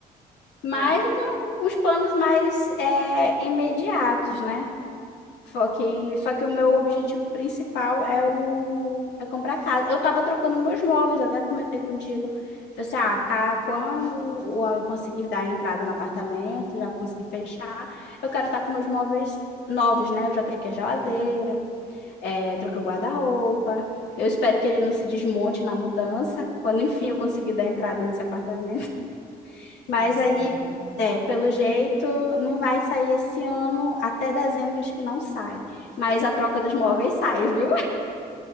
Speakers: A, on the left; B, on the right.
A: Mas
B: é.
A: eu tenho uns planos mais é, imediatos, né? Só que, só que o meu objetivo principal é o é comprar casa. Eu estava trocando meus móveis, até comentei contigo. Falei assim, ah, cá, quando eu conseguir dar entrada no apartamento, já conseguir fechar, eu quero estar com meus móveis novos, né? Eu já troquei a geladeira, é, troquei o guarda-roupa. Eu espero que ele não se desmonte na mudança, quando enfim eu conseguir dar entrada nesse apartamento. Mas
B: Nossa,
A: aí,
B: amiga.
A: é, pelo jeito, não vai sair esse ano. Até dezembro acho que não sai. Mas a troca dos móveis sai, viu?